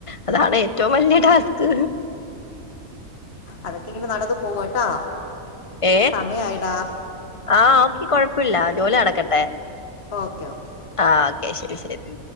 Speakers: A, on the left (about 30°); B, on the left (about 50°).
A: അതാണ് ഏറ്റവും വല്യ ടാസ്ക്
B: അതൊക്കെ ഇങ്ങനെ നടന്ന് പോവട്ടാ
A: ഏഹ്
B: സമയായടാ
A: ആഹ് ഓക്കെ കൊഴപ്പല്ല ജോലി നടക്കട്ടെ
B: ഓക്കെ ഓക്കെ
A: ആഹ് ഓക്കെ ശരി ശരി